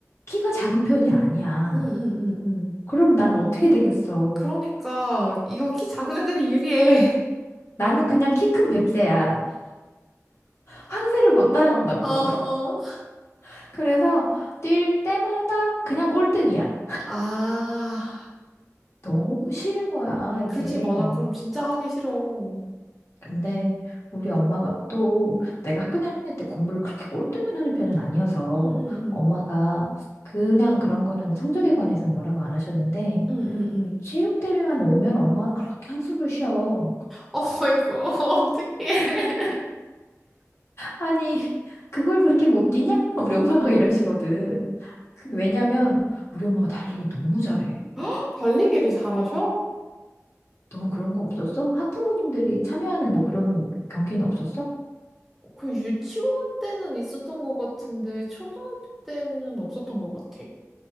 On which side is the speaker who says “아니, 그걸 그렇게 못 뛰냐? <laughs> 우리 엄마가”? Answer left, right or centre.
Left